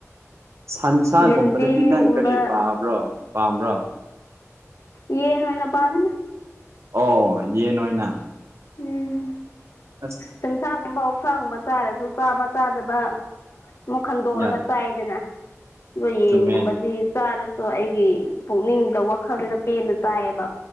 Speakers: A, on the right; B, on the left.
A: ꯁꯟꯁꯥꯒꯨꯝꯕꯗꯗꯤ
B: ꯌꯦꯟꯗꯦꯝꯒꯨꯝꯕ
A: ꯅꯪ ꯀꯔꯤ ꯄꯥꯕ꯭ꯔꯣ ꯄꯥꯝꯕ꯭ꯔꯣ
B: ꯌꯦ ꯑꯣꯏꯅ ꯄꯥꯥꯡꯃꯤꯟꯅ
A: ꯑꯣ ꯌꯦꯅ ꯑꯣꯏꯅ
B: ꯎꯝ
A: ꯑꯁ
B: ꯁꯟꯁꯥꯒꯨꯝꯕ ꯁꯪꯕ ꯆꯥꯔꯁꯨ ꯆꯥꯕ ꯆꯥꯗꯕ ꯑꯃꯨꯛ ꯈꯟꯗꯣꯛꯑꯒ
A: ꯌꯥ
B: ꯆꯥꯏꯗꯅ ꯑꯗ
A: ꯆꯨꯝꯃꯦ
B: ꯌꯦꯟꯒꯨꯝꯕꯗꯤ ꯆꯥꯔꯁꯨ ꯑꯩꯒꯤ ꯄꯨꯛꯅꯤꯡꯗ ꯋꯥꯈꯜꯁꯤꯗ ꯄꯦꯟꯅ ꯆꯥꯏꯑꯕ